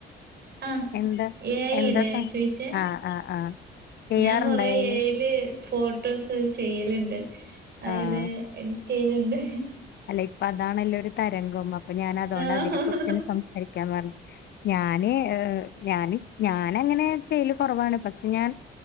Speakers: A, on the right; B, on the left.
A: ആഹ്
B: എന്താ
A: എ ഐ
B: എന്താ
A: അല്ലേ ചോയിച്ചേ
B: ആഹ് ആഹ് ആഹ ചെയ്യാറുണ്ടായല്
A: ഞാൻ കൊറെ എ ഐല് ഫോട്ടോസ് ചെയ്യലുണ്ട് അതിടെ
B: ആഹ്
A: എഡിറ്റ് ചെയ്യലുണ്ട്
B: അല്ല ഇപ്പൊ അതാണല്ല ഒരു തരംഗം അപ്പൊ ഞാൻ അതുകൊണ്ട്
A: ആഹ്
B: അതിനെ കുുറിച്ച്ന്നെ സംസാരിക്കാൻ പറഞ്ഞു ഞാന് ഞാന് ഞാാന അങ്ങനെ ചെയ്യല് കുറവാണ് പക്ഷെ ഞാൻ